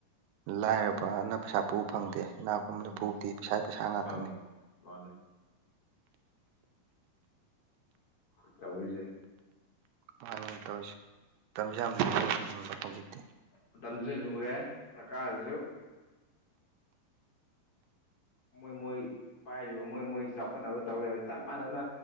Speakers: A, on the right; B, on the left.
A: ꯂꯥꯏꯔꯕꯅ ꯄꯩꯁꯥ ꯄꯨꯕ ꯐꯪꯗꯦ ꯏꯅꯥꯀꯥꯈꯨꯟꯕꯅ
B: ꯎꯝ
A: ꯄꯨꯕꯗꯤ ꯄꯩꯁꯥ ꯄꯩꯁꯥ ꯉꯥꯛꯇꯅꯤ
B: ꯐꯪꯉꯦ ꯃꯥꯅꯦ ꯇꯧꯔꯤꯁꯦ
A: ꯃꯥꯅꯦ ꯇꯧꯔꯤꯁꯦ ꯃꯇꯝꯁꯦ ꯌꯥꯝꯅꯤꯡꯕ ꯍꯧꯖꯤꯛꯇꯤ
B: ꯃꯇꯝꯁꯤ ꯂꯨꯔꯦ ꯁꯔꯀꯥꯔꯁꯤꯁꯨ ꯃꯣꯏ ꯃꯣꯏ ꯄꯥꯏꯔꯤꯕ ꯃꯣꯏ ꯃꯣꯏ ꯆꯥꯎꯈꯠꯅꯕ ꯇꯧ ꯂꯩꯔꯦ ꯆꯞ ꯃꯥꯟꯅꯅ